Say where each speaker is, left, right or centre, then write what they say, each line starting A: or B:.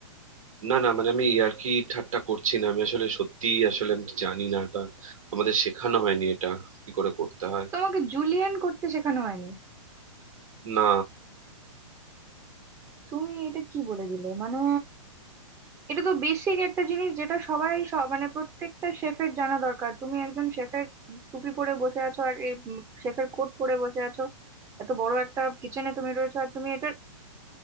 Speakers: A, on the right (about 75°); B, on the right (about 15°).
A: না না মানে আমি ইয়ার্কি ঠাট্টা করছি না আমি আসলে সত্যি আসলে আমি জানি না এটা আমাদের শেখানো হয়নি এটা কি করে করতে হয়
B: তোমাকে জুলিয়ান করতে শেখানো হয়নি
A: না
B: তুমি এটা কি বলে দিলে মানে এটা তো বেসিক একটা জিনিস যেটা সবাই সব- মানে প্রত্যেকটা শেফের জানা দরকার তুমি একজন শেফের টুপি পরে বসে আছো আর শেফের কোট পরে বসে আছো এত বড় একটা কিচেনে তুমি রয়েছো আর তুমি এটা